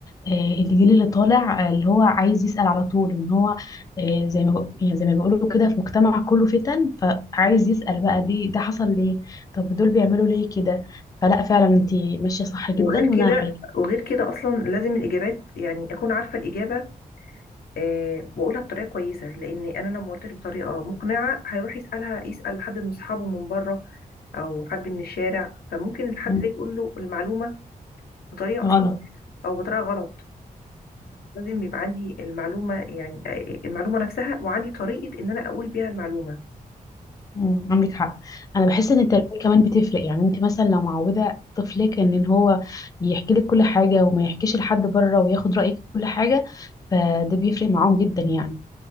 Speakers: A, on the left; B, on the left.
A: آه، الجيل اللي طالع آه، اللي هو عايز يسأل على طول ان هو آه، زي ما بق- يعني زي ما بيقولوا كده في مجتمع كله فتن فعايز يسأل بقى دي ده حصل ليه طب دول بيعملوا ليه كده فلا فعلا انت ماشية صح جدا
B: وغير كده
A: وانا حاجة
B: وغير كده اصلا لازم الاجابات يعني اكون عارفه الاجابه أه واقولها بطريقه كويسه لان انا لو ما قلتش بطريقه مقنعه هيروح يسالها يسال حد من اصحابه من بره او حد من الشارع فممكن الحد
A: مم.
B: ده يقول له المعلومه بطريقه اصلا
A: غلط
B: او بطريقه غلط لازم يبقى عندي المعلومه يعني آه، المعلومه نفسها وعندي طريقه ان انا اقول بيها المعلومه
A: مم، عندك حق انا بحس ان التربيه كمان بتفرق يعني انت مثلا لو معوده طفلك ان إن هو يحكي لك كل حاجه وما يحكيش لحد بره وياخد رايك في كل حاجه فده بيفرق معاهم جدا يعني